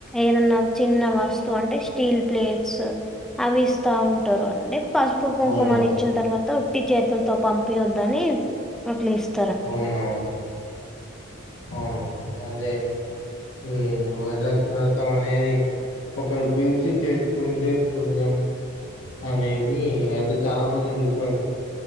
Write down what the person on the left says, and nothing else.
అవును
అవునవును అవును అదే ఏమో వరలక్ష్మి వ్రతం అనేది ఒకరు పిల్చి చేసుకుంటే పుణ్యం అనేది అంటే చాలా మందిని తీసుకోండి